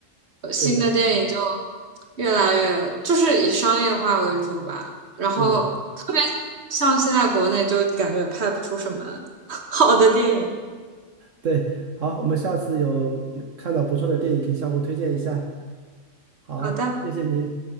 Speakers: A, on the right; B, on the right.
A: 呃新的电影就
B: 对的，
A: 越来越就是以商业化为主吧。然后特别
B: 对的，
A: 像现在国内就感觉拍不出什么 <laughs> 好的电影。
B: 对。好，我们下次有有看到不错的电影，可以相互推荐一下。好，
A: 好的。
B: 谢谢你。